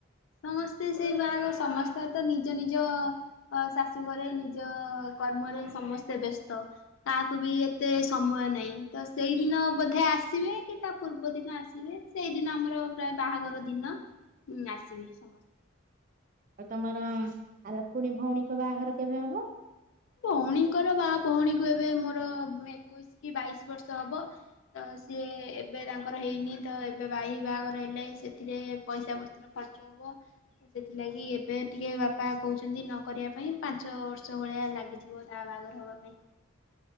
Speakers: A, on the left (about 65°); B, on the right (about 40°).
A: ସମସ୍ତେ ସେଇ ବା ସମସ୍ତେ ତ ନିଜ ନିଜ ଅ ଶାଶୁ ଘରେ ନିଜ କର୍ମରେ ସମସ୍ତେ ବ୍ୟସ୍ତ। କାହାକୁ ବି ଏତେ ସମୟ ନାହିଁ। ତ ସେଇଦିନ ବୋଧେ ଆସିବେ କି ତା ପୂର୍ବଦିନ ଆସିବେ। ସେଇଦିନ ଆମର ପ୍ରାୟ ବାହାଘର ଦିନ ଉ ଆସିବେ ସମସ୍ତେ।
B: ଆଉ ତମର ଆର ପୁଣି ଭଉଣୀଙ୍କ ବାହାଘର କେବେ ହବ?
A: ଭଉଣୀଙ୍କର ବା ଭଉଣୀକୁ ଏବେ ମୋର ଏକୋଇଶି କି ବାଇଶି ବର୍ଷ ହବ। ତ ସିଏ ଏବେ ତାଙ୍କର ହେଇନି ତ ଏବେ ଭାଇ ବାହାଘର ହେଲେ ସେଥିରେ ପଇସା ପତ୍ର ଖର୍ଚ୍ଚ ହବ। ତ ସେଥିଲାଗି ଏବେ ଟିକେ ବାପା କହୁଛନ୍ତି ନ କରିବା ପାଇଁ। ପାଞ୍ଚ ବର୍ଷ ଭଳିଆ ଲାଗି ଯିବ ତା ବାହାଘର ହବା ପାଇଁ।